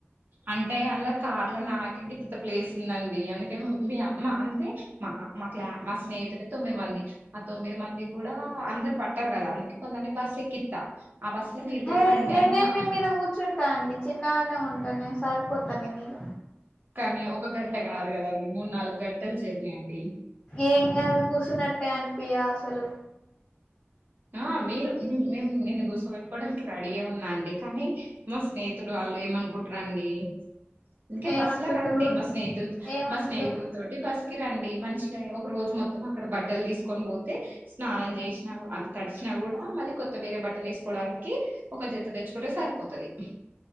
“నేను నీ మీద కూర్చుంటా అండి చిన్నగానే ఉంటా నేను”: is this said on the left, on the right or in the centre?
Left